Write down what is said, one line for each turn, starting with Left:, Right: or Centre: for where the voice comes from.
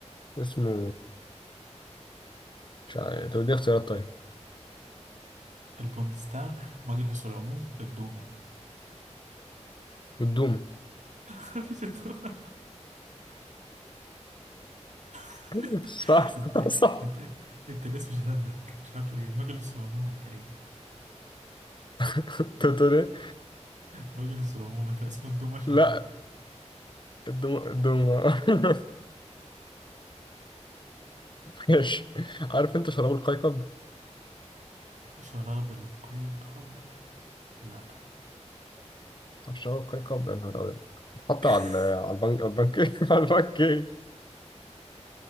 Left: اسمه مش عارف طب دي اختيارات طيب
Right: البوندستاغ مجلس العموم الدوما
Left: الدوم
Right: <laughs> مفيش الدوما <laughs>
Left: <laughs> صح
Right: انت
Left: صح
Right: انت انت الاسم شدك مش عارف ليه مجلس العموم يا كريم
Left: انت بتقول ايه؟
Right: مجلس العموم انت اسم الدومة شدك
Left: لا الدوم الدوم <laughs> ماشي عارف انت شراب القيقب؟
Right: شراب القيقب لا
Left: عارف شراب القيقب يا نهار ابيض حط
Right: <laughs>
Left: على على البنك على البنك <laughs> على البنك كيك